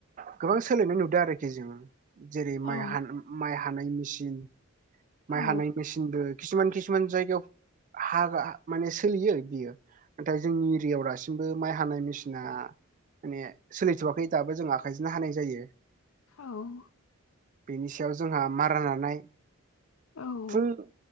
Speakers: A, on the right (about 35°); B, on the left (about 65°).
A: गोबां सोलायनाय नुदों आरोखि जोङो। जेरै
B: औ
A: माइ हानाय मेसिन। माइ
B: औ
A: हानाय मेसिनबो खिसुमान खिसुमान जायगायाव। हाग्रा माने सोलियो बियो नाथाय जोंनि। दासिमबो माइ हानाय मेसिना। माने सोलिथ'आखै दाबो जों आखाइजोंनो हानाय जायो।
B: औ।
A: बेनि सायाव जोंहा मारा नानाय
B: औ
A: फुं